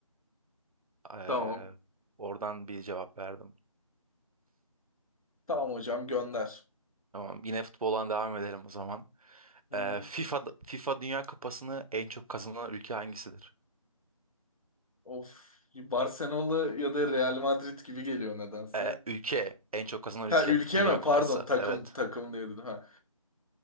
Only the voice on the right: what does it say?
Ee,
oradan bir cevap verdim.
Tamam, yine futboldan devam edelim o zaman.
Ee, FIFA FIFA Dünya Kupası'nı en çok kazanan ülke hangisidir?
Ee, ülke, en çok kazanan
ülke.
Dünya
Kupası.
Evet.